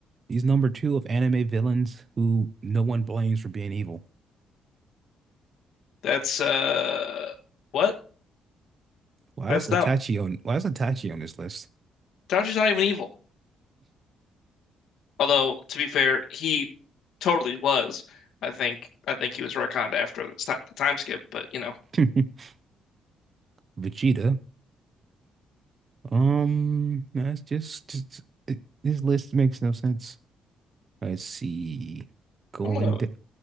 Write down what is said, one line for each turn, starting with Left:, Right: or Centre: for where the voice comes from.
Right: he's number two of anime villains who no one blames for being evil.
Left: That's uh, what?
Right: Why
Left: That's
Right: is Itachi
Left: dumb.
Right: on why is Itachi on this list?
Left: Tachi's not even evil. Although to be fair, he totally was. I think I think he was retconned after it's not the time skip, but you know,
Right: <laughs> Vegeta. Um, that's just, just it, this list makes no sense. Let's see. Going
Left: I'm gonna I'm
Right: to,